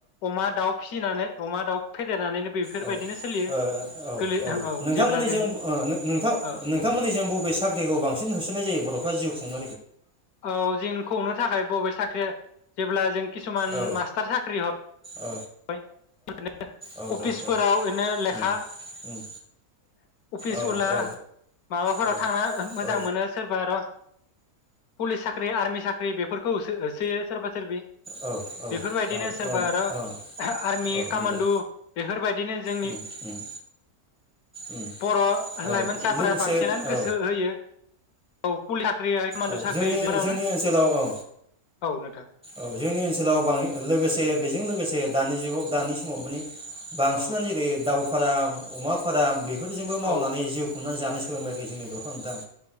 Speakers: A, on the left (about 80°); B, in the centre.
A: अमा दाउ फिसिनानै अमा दाउ फेदेरनानैनो बेफोरबायदिनो
B: औ ओ
A: सोलियो
B: औ
A: गोरलै
B: औ नोंथांमोननिजों
A: जेब्ला जों
B: ओ नोथां
A: औ
B: नोंथांमोननिजों बबे साख्रिखौ बांसिन होसोनाय जायो बरफ्रा जिउ खुंन
A: ओ औ जों खौनो थाखाय बबे साख्रिया जेब्ला जों। खिसुमान
B: औ
A: मास्टार साख्रि हा <unintelligible>
B: औ
A: बाय ओरैनो
B: औ
A: अफिसफोराव
B: औ
A: ओरैनो लेखा
B: उम उम
A: अफिस
B: औ
A: उला
B: औ
A: माबाफोराव
B: औ
A: थांना मोजां
B: औ
A: मोनो सोरबा र। पुलिस साख्रि आर्मि साख्रि बेफोरखौ होसो-होसोयो सोरबा सोरबि
B: औ औ
A: बेफोर बायदिनो सोरबा
B: ओम
A: आरो
B: ओ
A: आर्मि
B: औ
A: कामानडु
B: नंगौ
A: बेफोर बायदिनो जोंनि
B: उम उम उम
A: बर'
B: औ
A: लाइमोनसाफोरा
B: लोगोसे
A: बांसिनानो गोसो
B: औ
A: होयो। औ पुलिस साख्रि <unintelligible>
B: औ जोंनि
A: बेफोरावनो
B: जोंनि ओनसोलाव औ
A: औ नोंथां
B: औ जोंनि ओनसोलाव बां लोगोसे बेजों लोगोसे। दानि जुगाव दानि
A: औ
B: समाव माने बांसिनानो
A: औ
B: एरै दाउ फाराम अमा फाराम बेफोरजोंबो मावनानै
A: औ
B: जिउ संनानै जानो सोलोंबाय आरोखि जोंनि बर'फोरा नोंथां